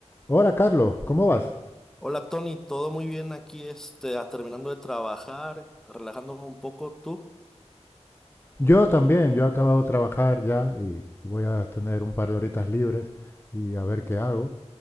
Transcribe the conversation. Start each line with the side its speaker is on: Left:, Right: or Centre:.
Left: Hola Carlos, ¿cómo vas?
Centre: Hola Tony, todo muy bien aquí, este, ah, terminando de trabajar, relajándome un poco, ¿tú?
Left: Yo también, yo he acabado de trabajar ya y, y voy a tener un par de horitas libres y a ver qué hago.